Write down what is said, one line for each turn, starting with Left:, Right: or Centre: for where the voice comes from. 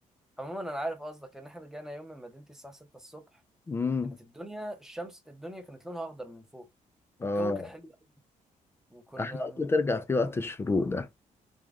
Centre: عموما انا عارف قصدك لان احنا رجعنا يوم من مدينتي الساعه 6 الصبح
Left: امم
Centre: كانت الدنيا الشمس الدنيا كانت لونها اخضر من فوق
Left: اه
Centre: والجو كان حلو قوي وكنا
Left: احلى وقت ترجع فيه وقت الشروق ده